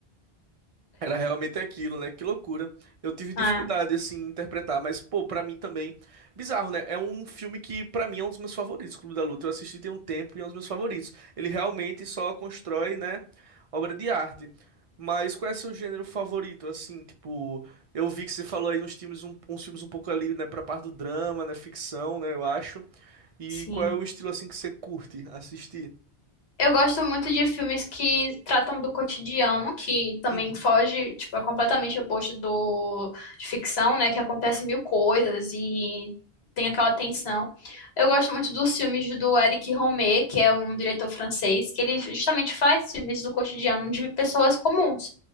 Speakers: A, on the right; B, on the left.
A: Era realmente aquilo, né? Que loucura. Eu tive dificuldade,
B: Ah,
A: assim, em interpretar, mas, pô, pra mim também. Bizarro, né? É um filme que, pra mim, é um dos meus favoritos. Clube da Luta. Eu assisti tem um tempo e é um dos meus favoritos. Ele realmente só constrói, né? Obra de arte. Mas qual é seu gênero favorito, assim? Tipo, eu vi que você falou aí uns filmes, um- uns filmes um pouco ali, né? Pra parte do drama, né? Ficção, né? Eu acho. E
B: sim.
A: qual é o estilo, assim, que você curte assistir?
B: Eu gosto muito de filmes que tratam do cotidiano, que também
A: Uhum.
B: foge, tipo, é completamente oposto do de ficção, né? Que acontece mil coisas e tem aquela tensão. Eu gosto muito dos filmes do Eric Romer, que é um diretor francês, que ele justamente faz filmes do cotidiano de pessoas comuns.